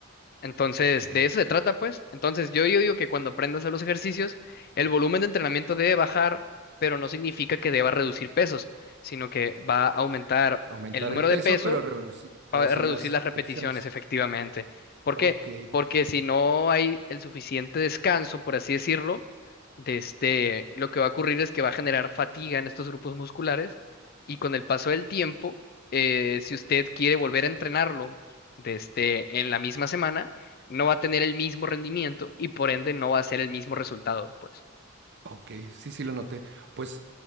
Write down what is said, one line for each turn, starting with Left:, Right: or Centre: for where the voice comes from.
Left: Entonces,
Right: Ok,
Left: de eso se trata, pues. Entonces, yo, yo digo que cuando aprenda a hacer los ejercicios, el volumen de entrenamiento debe bajar, pero no significa que deba reducir pesos, sino que va a aumentar
Right: aumentar
Left: el número
Right: el peso,
Left: de peso
Right: pero reduci-
Left: Para
Right: reducir
Left: reducir
Right: las
Left: las
Right: repeticiones.
Left: repeticiones, efectivamente. ¿Por
Right: Ok,
Left: qué? Porque si no hay el suficiente descanso, por así decirlo, de este, lo que va a ocurrir es que va a generar fatiga en estos grupos musculares y con el paso del tiempo, eh, si usted quiere volver a entrenarlo de este, en la misma semana, no va a tener el mismo rendimiento y por ende no va a ser el mismo resultado, pues.
Right: Ok, sí, sí lo noté. Pues